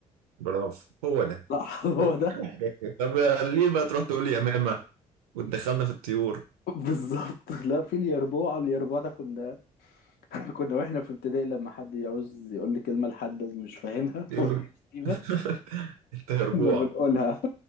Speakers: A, on the right (about 75°); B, on the left (about 55°).
A: برافو هو ده
B: لا <laughs> هو
A: <laughs>
B: ده
A: طب ليه بقى تروح تقول لي يمامة وتدخلنا في الطيور
B: بالظبط لا في اليربوع اليربوع ده كنا <laughs> كنا واحنا في ابتدائي لما حد يعوز يقول لي كلمة لحد ومش فاهمها
A: يقول
B: <laughs> وهي
A: له
B: شتيمة
A: <laughs> انت هربوع
B: كنا بنقولها